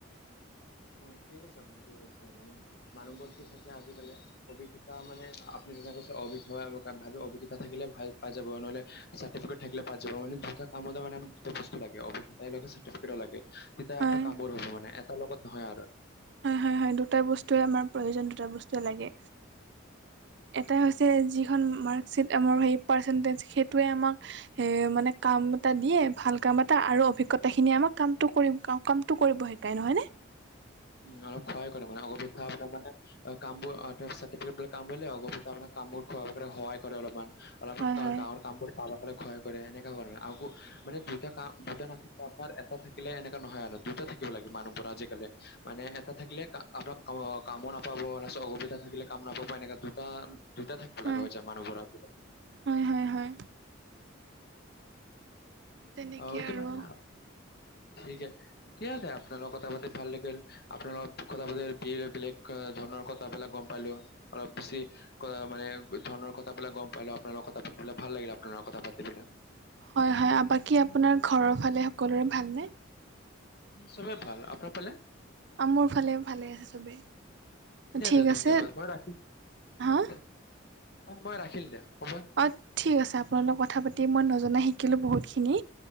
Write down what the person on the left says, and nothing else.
অ, ঠিকে কৈছে আপুনি ঠিকে কৈ, মানে মানুহবোৰ কি থাকে আজিকালি অভিজ্ঞতা মানে আপুনি যেনেকে কৈছে <unintelligible> ভাবে অভিজ্ঞতা থাকিলে ভাল পাই যাব, নহলে চাৰ্টিফিকেট থাকিলে পাই যাব, মানে দুটা কামতে মানে দুটা বস্তু লাগে অভিজ্ঞতাও চাৰ্টিফিকেটও লাগে। তেতিয়া আপোনাৰ
কামবোৰ হ'ব মানে এটাৰ লগত নহয় আৰু।
উম, অলপ সহায় কৰে মানে অলপ <unintelligible> মানে অ, কামবোৰ অ, তেওঁক চাৰ্টিফিকেট বিলাক কাম কৰিলে <unintelligible> আপোনাৰ কামবোৰ <unintelligible> সহায় কৰে অলপমান। অলপ <unintelligible>
ডাঙৰ কাম কৰে <unintelligible> সহায় কৰে এনেকা কৰে আকৌ মানে দুটা কাম দুটা নাথাকিলে আপোনাৰ এটা থা কিলে এনেকা নহয় আৰু, দুটা থাকিব লাগে মানুহৰ আজিকালি। মানে এটা থাকিলে কা আপোনাক আ, কামো নাপাব <unintelligible> অসুবিধা থাকিলে কাম নাপাব এনেকা দুটা দুটা থাকিব
লাগা হয়ছে মানুহবোৰৰ আজিকালি।
অ, এইটো
মানে <unintelligible> ঠিক আছে, আপোনাৰ লগত কথা পাতি ভাল লাগিল। আপোনাৰ লগত কথা বি-বেলেগ ধৰণৰ কথাবিলাক গম পালোঁ, অলপ বেছি <unintelligible> মানে ধৰনৰ কথা বিলাক গম পালোঁ, আপোনালগত কথা পাতিপেলাই ভাল লাগিলে আপোনাৰ লগত কথা পাতি <unintelligible>
উম, চবেই ভাল, আপোনাৰ ফালে?
দিয়া
দিয়া ধন্যবাদ
মই ৰাখিম
অ দিয়া মই ৰাখিল দিয়া, হব।